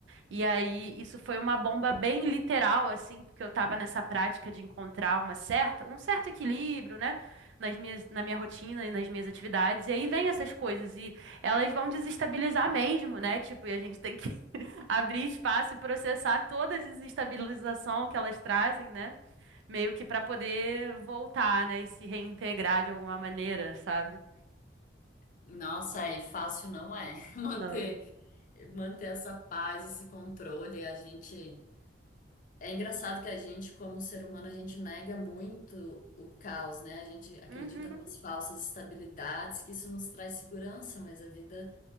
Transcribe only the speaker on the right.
E aí, isso foi uma bomba bem literal, assim, porque eu estava nessa prática de encontrar uma certa, um certo equilíbrio, né, nas minhas, na minha rotina e nas minhas atividades. E aí vem essas coisas e elas vão desestabilizar mesmo, né? Tipo, e a gente tem que <laughs> abrir espaço e processar toda a desestabilização que elas trazem, né? Meio que para poder voltar, né, e se reintegrar de alguma maneira, sabe?
Não.
Uhum.